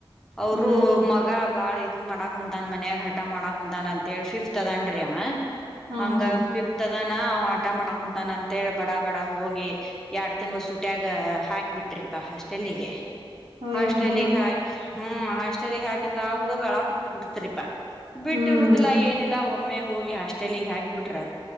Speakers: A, in the centre; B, on the right.
A: ಅವರು
B: ಹ್ಮ್
A: ಮಗ ಬಾಳ ಇದ. ಇದು ಮಾಡಕ ಕುಂತಾನ ಮನ್ಯಾಗ ಹಟ ಮಾಡಕ ಕುಂತಾನ ಅಂತೇಳಿ ಫಿಫ್ತ್ ಅದನ್ ರಿ ಅವ.
B: ಹಾ
A: ಹಂಗ
B: ಹಾ
A: ಫೀಪ್ತ ಅದನ ಆಟ ಮಾಡ ಕುಂತಾನ ಅಂತೇಳಿ ಬಡ ಬಡ ಹೋಗಿ ಎರಡ್ ತಿಂಗಳು ಸುಟ್ಯಾಗ ಹಾಕ. ಬಿಟ್ರಿಪ್ಪಾ ಹಾಸ್ಟೆಲಿಗೆ.
B: ಅಯ್ಯೋ
A: ಹಾಸ್ಟೆಲಿಗೆ
B: ಹ್ಮ್
A: ಹಾಕಿ ಹ್ಮ್. ಹಾಸ್ಟಲಿಗೆ ಹಾಕಿಂದ ಆ ಹುಡುಗ ಅಳ ಕುಂತ್ಬಿಟ್ರಪ್ಪ. ಬಿಟ್ಟಿರುದಿಲ್ಲ
B: ಹ್ಮ್
A: ಏನಿಲ್ಲ. ಒಮ್ಮೆ ಹೋಗಿ ಹಾಸ್ಟೆಲ್ಗ್ ಹಾಕ್ಬಿಟ್ರ.